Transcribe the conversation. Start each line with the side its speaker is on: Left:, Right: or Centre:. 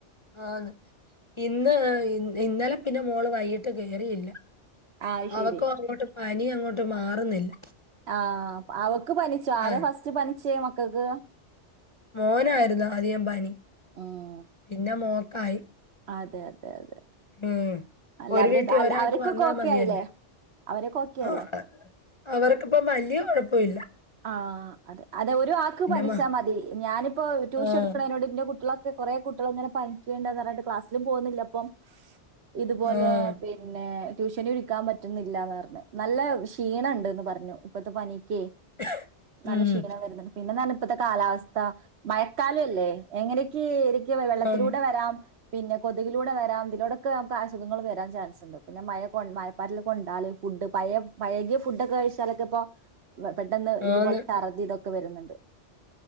Left: ആന്ന് ഇന്ന് ഇന്നലെ പിന്നെ മോള് വൈകിട്ട് കേറിയില്ല
Right: ആഹ് ശരി
Left: അവക്കു അങ്ങോട്ട് പനി അങ്ങോട്ട് മാറുന്നില്ല
Right: ആഹ് അവക്ക് പനിച്ചു ആരാ
Left: ആഹ്
Right: ഫസ്റ്റ് പനിച്ചേ മക്കക്ക്
Left: മോനായിരുന്നു ആദ്യ പനി
Right: ഉം
Left: പിന്നെ മോൾക്കായി
Right: അതെ അതെ അതെ
Left: ഉം
Right: അല്ല
Left: ഒരു
Right: അവര്
Left: വീട്ടിൽ ഒരാൾക്ക്
Right: അവർക്കൊക്കെ
Left: വന്നാ
Right: ഓക്കെ
Left: മതിയല്ല
Right: ആയില്ലേ അവരൊക്കെ ഓക്കെ
Left: ഓ
Right: അല്ലേ
Left: അവർക്കിപ്പം വല്ല്യ കൊഴപ്പല്ല്യ
Right: ആഹ് അതെ അതെ ഒരു ആക്ക് പനിച്ചാൽ
Left: മ
Right: മതി ഞാനിപ്പോ ട്യൂഷൻ
Left: ആഹ്
Right: എടുക്കണേനോട് ന്ന് കു ട്ടികളൊക്കെ കൊറേ കുട്ടികള് ഇങ്ങനെ പനിക്കേണ്ടന്ന് പറഞ്ഞിട്ട് ക്ലാസ്സിലും പോവുന്നില്ല അപ്പം ഇതുപോലെ
Left: ആഹ്.
Right: പി പിന്നെ ട്യൂഷനു ഇരിക്കാൻ പറ്റുന്നില്ലാന്ന് പറഞ്ഞ് നല്ല ക്ഷീണംണ്ട്ന്ന് പറഞ്ഞു ഇപ്പത്തെ പനിക്കേ
Left: <inaudible>
Right: നല്ല
Left: ഉം.
Right: ക്ഷീണം വരുന്നുണ്ട് പിന്നെന്നാല് ഇപ്പത്തെ കാലാവസ്ഥ മഴക്കാല ല്ലേ എങ്ങനെ ക്കെ ക്ക് വെള്ളത്തിലൂടെ
Left: ആന്ന്.
Right: വരാം പിന്നെ കൊതുകിലൂടെ വരാം ഇതിലൂടോക്കെ ഞമുക്ക് അസുഖങ്ങള് വരാൻ ചാൻസ് അല്ലോ പിന്നെ മയകൊ മയപ്പാറ്റില്കൊണ്ടാല് ഫുഡ് പയേ പയകിയ ഫുഡ് ഒക്കെ കഴിച്ചാലൊക്കെ ഇപ്പോ പെട്ടെന്ന് ഇതുപോലെ
Left: ആന്ന്.
Right: ചർദ്ദി ഇത് ഒക്കെ വരുന്നുണ്ട്